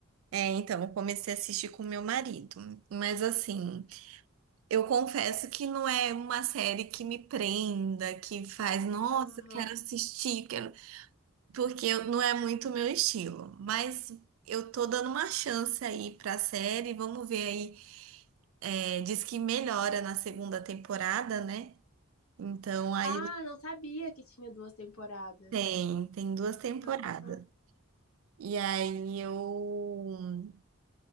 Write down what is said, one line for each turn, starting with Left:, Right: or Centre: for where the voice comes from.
Right: é, então, eu comecei a assistir com meu marido. Mas assim. Eu confesso que não é uma série que me prenda, que faz, nossa,
Left: Aham.
Right: eu quero assistir, quero... porque eu- não é muito o meu estilo. Mas eu tô dando uma chance aí pra série, vamos ver aí. É, diz que melhora na segunda temporada, né? Então aí
Left: Ah, não sabia que tinha duas temporadas.
Right: tem, tem duas temporadas.
Left: Ah.
Right: E aí eu,